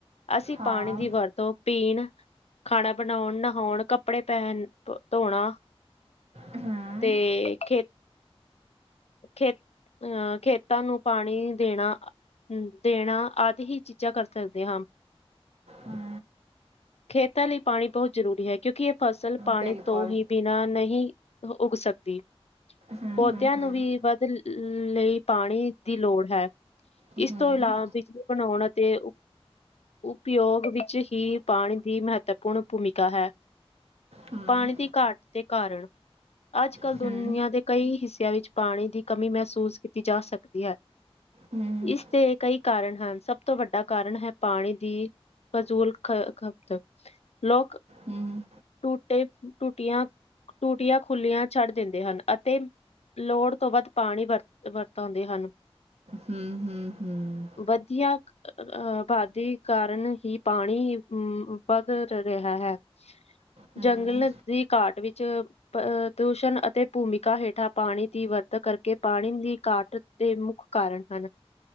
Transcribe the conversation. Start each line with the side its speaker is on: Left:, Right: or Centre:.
Left: ਅਸੀਂ
Right: ਹਾਂ
Left: ਪਾਣੀ ਦੀ ਵਰਤੋਂ ਪੀਣ, ਖਾਣਾ ਬਣਾਣ, ਨਹਾਣਾ, ਕੱਪੜੇ ਪਹਿਨ ਧੋਣਾ,
Right: ਹੂੰ
Left: ਤੇ ਖੇਤ ਖੇਤ, ਅਹ ਖੇਤਾਂ ਨੂੰ ਪਾਣੀ ਦੇਣਾ। ਹ ਦੇਣਾ, ਆਦਿ ਹੀ ਚੀਜ਼ਾਂ ਕਰ ਸਕਦੇ ਹਾਂ।
Right: ਹੂੰ,
Left: ਖੇਤਾਂ ਲਈ ਪਾਣੀ ਬਹੁਤ ਜ਼ਰੂਰੀ ਹੈਂ। ਕਿਉਂਕਿ ਇਹ ਫਸਲ, ਪਾਣੀ
Right: ਬਿਲਕੁਲ
Left: ਤੋਂ ਹੀ ਬਿਨਾਂ ਨਹੀਂ ਉਗ ਸਕਦੀ।
Right: ਹੂੰ
Left: ਪੌਦਿਆਂ
Right: ਹੂੰ ਹੂੰ
Left: ਨੂੰ ਵੀ, ਵਧਣ ਲਈ ਪਾਣੀ ਦੀ ਲੋੜ ਹੈ।
Right: ਹੂੰ
Left: ਇਸ ਤੋਂ ਇਲਾਵਾ ਬਿਜਲੀ ਬਣਾਉਣ ਅਤੇ ਉਪਯੋਗ ਵਿੱਚ ਹੀ ਪਾਣੀ ਦੀ ਮਹੱਤਵਪੂਰਨ ਭੂਮਿਕਾ ਹੈ।
Right: ਹੂੰ
Left: ਪਾਣੀ
Right: ਹੂੰ
Left: ਦੀ ਘਾਟ ਦੇ ਕਾਰਨ ਅੱਜ ਕੱਲ੍ਹ
Right: ਹੂੰ
Left: ਦੁਨੀਆਂ ਦੇ ਕਈ ਹਿੱਸਿਆਂ ਵਿੱਚ ਪਾਣੀ ਦੀ ਕਮੀ ਮਹਿਸੂਸ ਕੀਤੀ ਜਾ ਸਕਦੀ ਹੈ
Right: ਹੂੰ
Left: ਇਸਦੇ ਕਈ ਕਾਰਨ ਹਨ ਸਭ ਤੋਂ ਵੱਡਾ ਕਾਰਨ ਹੈ ਪਾਣੀ ਦੀ ਫਜ਼ੂਲ ਖਪਤ ਲੋਕ
Right: ਹੂੰ
Left: ਟੂਟੇ ਟੂਟੀਆਂ ਟੂਟੀਆਂ ਖੁੱਲੀਆਂ ਛੱਡ ਦਿੰਦੇ ਹਨ ਅਤੇ ਲੋੜ ਤੋਂ ਵੱਧ ਪਾਣੀ ਵਰ ਵਰਤਾਉਂਦੇ ਹਨ।
Right: ਹੂ ਹੂ ਹੂ
Left: ਵਧੀਆ ਅਬਾਦੀ ਕਾਰਨ ਹੀ, ਪਾਣੀ ਅਮ ਵਧ ਰਿਹਾ ਹੈ।
Right: ਹੂੰ
Left: ਜੰਗਲ ਦੀ ਘਾਟ ਵਿੱਚ ਪ੍ਰਦੂਸ਼ਣ ਅਤੇ ਭੂਮਿਕਾ ਹੇਠਾਂ ਪਾਣੀ ਦੀ ਵਰਤੋ ਕਰਕੇ, ਪਾਣੀ ਦੀ ਘਾਟ ਦੇ ਮੁੱਖ ਕਾਰਨ ਹਨ।